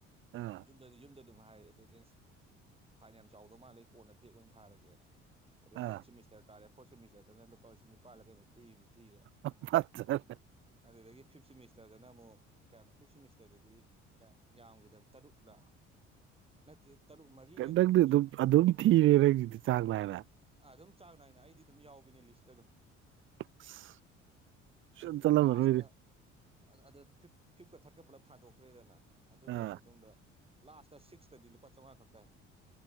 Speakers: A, on the right; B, on the right.
A: ꯑꯥ
B: ꯌꯨꯝꯗꯗꯤ ꯌꯨꯝꯗ ꯑꯗꯨꯝ ꯍꯥꯏꯔꯦ ꯑꯦꯇꯦꯟꯗꯦꯟꯁ ꯐꯥꯏꯟ ꯌꯥꯝ ꯆꯥꯎꯗꯧ ꯃꯥꯜꯂꯤ ꯀꯣꯟꯅ ꯕꯦꯛ ꯑꯣꯏꯅ ꯊꯥꯔꯒꯦꯅ ꯑꯗꯩ
A: ꯑꯥ
B: ꯐꯣꯔꯠ ꯁꯦꯃꯤꯁꯇꯔ ꯀꯥꯔꯦ ꯐꯣꯔꯠ ꯁꯦꯃꯤꯁꯇꯔꯗꯅ ꯂꯨꯄꯥ ꯂꯤꯁꯤꯡ ꯅꯤꯄꯥꯜꯂ ꯀꯩꯅꯣ ꯊꯤꯒꯤꯕꯅꯤ ꯊꯤꯔꯦ
A: ꯑꯣ ꯐꯖꯔꯦ
B: ꯑꯗꯨꯗꯒꯤ ꯐꯤꯞ ꯁꯦꯃꯤꯁꯇꯔꯗꯅ ꯑꯃꯨꯛ ꯀꯌꯥꯅꯣ ꯐꯤꯞ ꯁꯦꯃꯤꯁꯇꯔꯗꯗꯤ ꯀꯌꯥ ꯌꯥꯝꯒꯤꯗꯕꯅꯤ ꯇꯔꯨꯛꯂ ꯅꯠꯇꯦ ꯇꯔꯨꯛ ꯃꯔꯤꯔ
A: ꯀ-
B: ꯀꯩꯅꯣ
A: ꯅꯪꯗꯤ
B: ꯊꯤ
A: ꯑꯗꯨꯝ ꯑꯗꯨꯝ ꯊꯤꯔꯦ ꯅꯪꯖꯨ ꯆꯥꯡ ꯅꯥꯏꯅ
B: ꯑꯗꯨꯝ ꯆꯥꯡ ꯅꯥꯏꯅ ꯑꯩꯗꯤ ꯑꯗꯨꯝ ꯌꯥꯎꯕꯤꯅꯦ ꯂꯤꯁꯇ ꯑꯗꯨꯝ
A: ꯑꯁ ꯁꯨꯡꯆꯠ
B: ꯑꯗꯨꯒ
A: ꯆꯠꯂꯝꯃꯔꯣꯏꯅꯦ
B: ꯂꯥꯁꯇ ꯑꯗꯨ ꯐꯤꯞ ꯐꯤꯞꯀ ꯊꯥꯔꯠꯀ ꯄꯨꯜꯂꯞ ꯊꯥꯗꯣꯛꯈ꯭ꯔꯦꯗꯅ ꯑꯗꯨ ꯂꯣꯏꯔꯕ
A: ꯑꯥ
B: ꯃꯇꯨꯡꯗ ꯂꯥꯁꯇꯗ ꯁꯤꯛꯁꯇꯗꯤ ꯂꯨꯄꯥ ꯆꯧꯉ ꯈꯛ ꯇꯥꯢ